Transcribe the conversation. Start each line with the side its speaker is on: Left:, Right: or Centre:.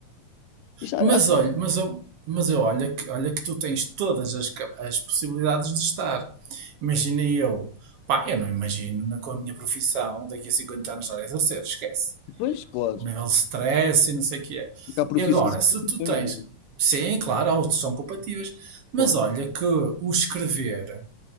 Left: Isto, a-
Right: Mas
Left: acho
Right: olha,
Left: que
Right: mas eu, mas eu olha que, olha que tu tens todas as, ca- as possibilidades de estar. Imagina eu. Pá, eu não imagino na, com a minha profissão daqui a 50 anos estar a exercer, esquece.
Left: depois, claro.
Right: O nível de stress e não sei o que é.
Left: Porque há profissões
Right: E agora,
Left: e
Right: se
Left: profissões,
Right: tu tens.
Left: não é?
Right: Sim, claro, há outros que são compatíveis. Mas
Left: Claro.
Right: olha que o escrever.